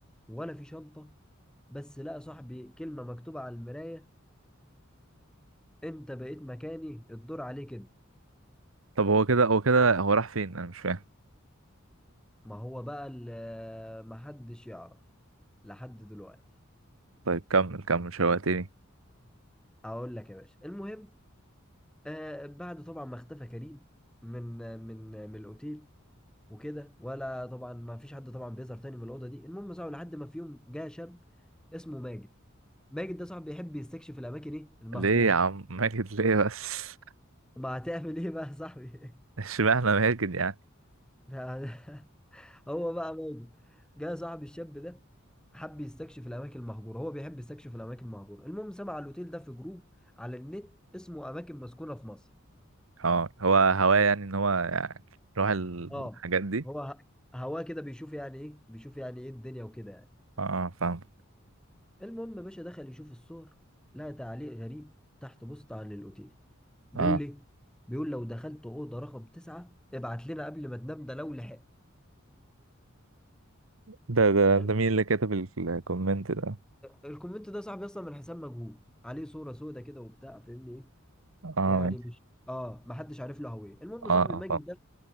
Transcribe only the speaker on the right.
طب هو كده هو كده هو راح فين انا مش فاهم
طيب كمل كمل شوقتني
ليه يا عم ماجد ليه بس
<laughs>
اشمعنى ماجد يعني
اه هو هواه يعني ان هو يعني يروح الحاجات
دي
اه آه، فاهم
اه
ده ده
ده مين اللي كتب ال- الكومنت ده
اه
ماشي
اه
اه
فاهم